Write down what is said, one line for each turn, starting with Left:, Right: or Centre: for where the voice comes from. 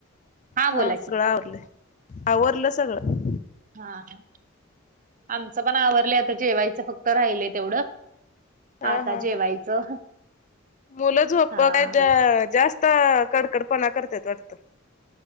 Left: हा
Right: बोला
Left: सगळं
Right: की
Left: आवरलं, आवरलं सगळं.
Right: हा ह, आमचं पण आवरलयं आता जेवायचं फक्त राहिलय तेवढं.
Left: हा
Right: आता
Left: हा
Right: जेवायचं
Left: हा, मुलं झोप
Right: हा
Left: <unintelligible> जास्त कड कडपणा करत्यात वाटत.